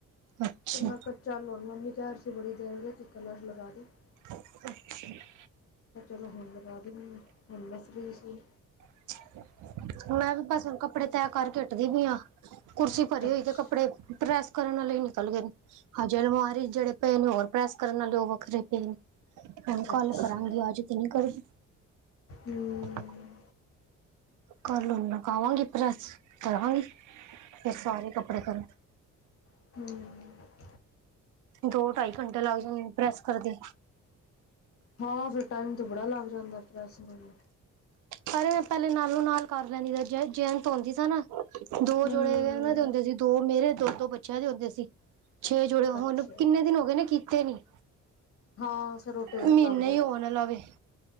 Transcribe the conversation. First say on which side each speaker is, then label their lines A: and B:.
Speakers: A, on the right (about 80°); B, on the left (about 50°).
A: ਅੱਛਾ
B: ਤੇ ਮੈਂ ਕੱਚਾ ਲਾਉਣ ਮੰਮੀ ਘਰ ਸੀ ਬੜੀ ਦੇਰ ਦੇ ਕਲਰ ਲਗਾ ਦੇ <unintelligible>
A: ਅ ੀ <unintelligible>
B: ਚਲੋ ਹੁਣ ਲਗਾ ਦੇਂਦੀ ਹਾਂ ਹੁਣ ਮੈਂ ਫਰੀ ਸੀ
A: <inaudible> ਮੈਂ ਵੀ ਬਸ ਹੁਣ ਕੱਪੜੇ ਤੈਅ ਕਰਕੇ ਉੱਠਦੀ ਵੀ ਆ ਕੁਰਸੀ ਭਰੀ
B: ਅੱਛਾ
A: ਹੋਈ ਤੇ ਕੱਪੜੇ ਪ੍ਰੈਸ ਕਰਨ ਵਾਲੇ ਨਿਕਲ ਗਏ ਨੇ। ਹਜੇ ਅਲਮਾਰੀ ਜਿਹੜੇ ਪਏ ਨੇ ਹੋਰ ਪ੍ਰੈਸ ਕਰਨ ਵਾਲੇ ਉਹ ਵੱਖਰੇ ਪਏ ਨੇ। ਹੈਨ ਕੱਲ
B: ਅੱਛਾ
A: ਕਰਾਂਗੀ ਅੱਜ ਤੇ ਨਹੀਂ ਕਰਦੀ
B: ਹਮ
A: <unintelligible> ਕਰ ਲ ਲਕਾਾਵਾਂਗੀ ਪ੍ਰੈੱਸ ਕਰਾਂਗੀ ਫਿਰ ਸਾਰੇ ਕੱਪੜੇ ਕਰਾਂਗੀ। <unintelligible>
B: ਹਮ
A: ਦੋ ਢਾਈ ਘੰਟੇ ਲੱਗ ਜਾਂਦੇ ਪ੍ਰੈਸ ਕਰਦੇ।
B: ਹਾਂ ਫਿਰ ਟਾਈਮ ਤੇ ਬੜਾ ਲੱਗ ਜਾਂਦਾ ਪ੍ਰੈਸ ਕਰਨ ਨੂੰ ਵੀ
A: ਪਰ ਮੈਂ ਪਹਿਲੇ ਨਾਲੋਂ ਨਾਲ ਕਰ ਲੈਂਦੀ ਸੀ ਜ ਜੈੰਤ ਆਉਂਦੀ ਸੀ ਨਾ ਦੋ
B: ਹਮ
A: ਜੋੜੇ ਉਹਨਾਂ ਦੇ ਆਉਦੇ ਸੀ <unintelligible> ਦੋ ਮੇਰੇ ਦੋ ਦੋ ਬੱਚਿਆਂ ਦੇ ਹੁੰਦੇ ਸੀ ਛੇ ਜੋੜੇ
B: ਅੱਛਾ
A: ਹੁਨ ਕਿੰਨੇ ਦਿਨ ਹੋ ਗਏ ਨੇ ਕੀਤੇ ਨੀ
B: ਹਾਂ ਫਿਰ ਉਹ ਢੇਰ
A: ਮਹੀਨਾ
B: ਲੱਗ
A: ਹੀ ਹੋਣ ਵਾਲਾ ਵੇ